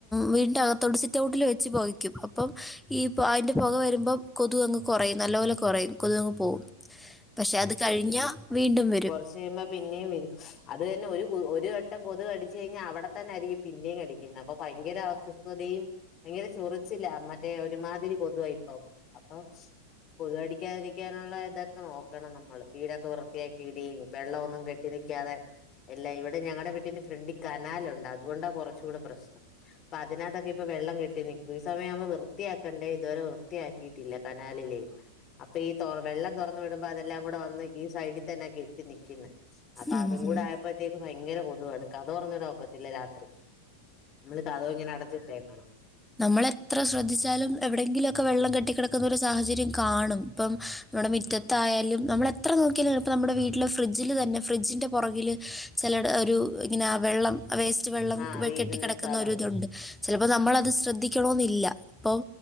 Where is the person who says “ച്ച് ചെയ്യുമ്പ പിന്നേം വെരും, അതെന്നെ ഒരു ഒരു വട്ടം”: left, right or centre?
Left